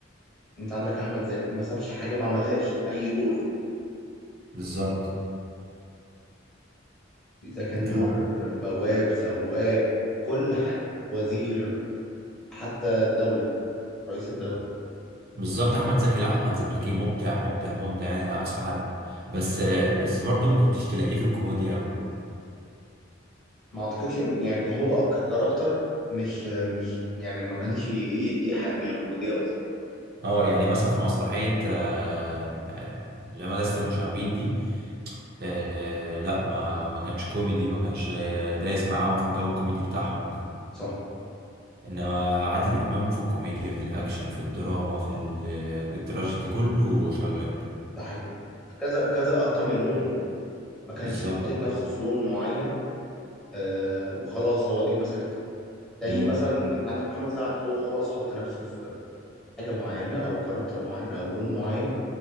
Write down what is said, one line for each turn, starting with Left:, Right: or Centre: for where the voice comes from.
Centre: انت عندك احمد زكي ما سابش حاجه ما عملهاش اي دور
Right: بالظبط
Centre: إذا كان
Right: انت
Centre: دور بواب سواق كل حاجة وزير حتى الدولة رئيس الدولة
Right: بالظبط احمد زكي لا احمد زكي مبدع مبدع مبدع يعني لا اقصى حد بس بس برضو ما كنتش تلاقيه في الكوميديا قوي
Centre: ما أعتقدش إن- يعني هو ككاركتر مش مش يعني ما كانش يدي إيحاء بالكوميديا أصلا
Right: اه يعني مثلا في مسرحية آه، اللي هي مدرسة المشاغبين دي آه، آه، لا ما ما كانش كوميدي ما كانش دايس معاهم في الجو الكوميدي بتاعهم ده
Centre: صح
Right: انما عادل امام في الكوميديا في الاكشن في الدراما في ال- التراجيدي كله شغال
Centre: ده حقيقي كذا كذا أكتر من لون ما كانش
Right: بالظبط
Centre: حاطط نفسه في لون معين آه وخلاص هو دي مسيرتي زي
Right: مم،
Centre: مثلا انت عندك محمد سعد هو خلاص حط نفسه في حاجه معينه او كاركتر معين او لون معين